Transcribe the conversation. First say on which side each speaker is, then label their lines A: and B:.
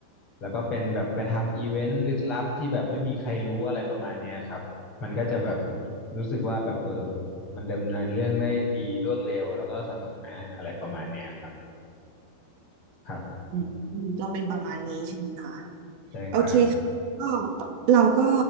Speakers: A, on the left (about 25°); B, on the right (about 65°).
A: แล้วก็เป็นแบบไปทำอีเวนต์ลึกลับที่แบบไม่มีใครรู้อะไรประมาณเนี้ยครับมันก็จะแบบรู้สึกว่าแบบเออมันดำเนินเรื่องได้ดีรวดเร็วแล้วก็สนุกนะอะไรประมาณเนี้ยครับครับ
B: อืมอืมก็เป็นประมาณนี้ใช่ไหมคะ
A: ใช่ครับ
B: โอเคค่ะก็เราก็